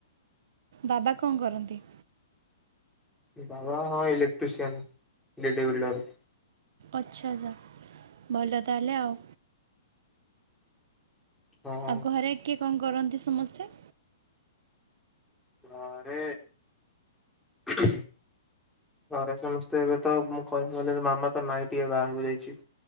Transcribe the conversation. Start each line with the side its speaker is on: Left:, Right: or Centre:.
Right: ବାବା କଣ କରନ୍ତି?
Centre: ବାବା ହଁ ଇଲେକ୍ଟ୍ରିସିିୟନ ଲିଡି ବିଲ୍ଡର।
Right: ଆଚ୍ଛା ଭଲ ତାହାଲେ ଆଉ।
Centre: ହଁ ହଁ।
Right: ଆଉ ଘରେ କିଏ କଣ କରନ୍ତି ସମସ୍ତେ?
Centre: ଘରେ ଘରେ ସମସ୍ତେ ଏବେ ତ ମୁଁ କହିବି ମାମା ତ ନାଇଁ ଟିକେ ବାହାରକୁ ଯାଇଛି।